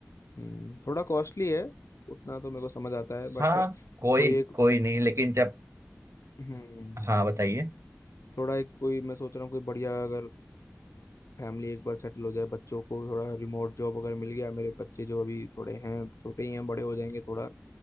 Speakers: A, on the left; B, on the right.
A: हम्म, थोड़ा कॉस्टली है उतना तो मेरे को समझ आता है बट
B: हाँ कोई
A: कोई एक
B: कोई नहीं लेकिन जब
A: हम्म,
B: हाँ बताइए
A: थोड़ा एक कोई मैं सोच रहा हूँ कोई बढ़िया अगर फैमिली एक बार सेटल हो जाए बच्चों को थोड़ा रिमोट जॉब अगर मिल गया मेरे बच्चे जो अभी थोड़े हैं छोटे ही हैं बड़े हो जाएंगे थोड़ा